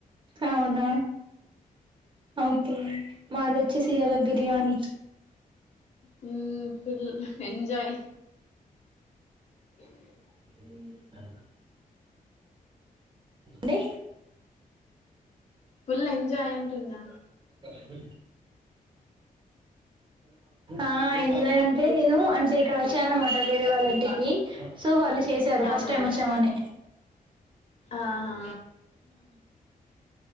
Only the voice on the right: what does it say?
అవునా ఓకే మాదోచేసీయాల బిర్యానీ
ఏమి చెప్పారు మేడం లే
<unintelligible> ఆ ఎంజాయ్ అండీ నేను అంటే ఇక్కడ వచ్చా అన్నమాట వేరే వాళ్ళింటికి సో వాళ్ళు చేసారు ఫస్ట్
టైం
వచ్చామని